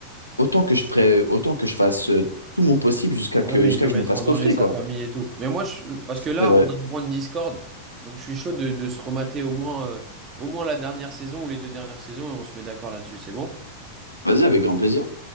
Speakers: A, on the left; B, on the right.
A: Autant que je pré... autant que je fasse euh, tout mon possible jusqu'à
B: Ouais,
A: que
B: mais
A: jusqu'à
B: il peut
A: que
B: mettre
A: je me fasse
B: en
A: coffrer,
B: danger sa
A: quoi.
B: famille et tout. Mais moi, je, parce
A: C'est
B: que là,
A: vrai.
B: on a un point de discorde, donc je suis chaud de, de se remater au moins, euh, au moins la dernière saison ou les deux dernières saisons et on se met d'accord là-dessus, c'est bon?
A: Vas-y, avec grand plaisir.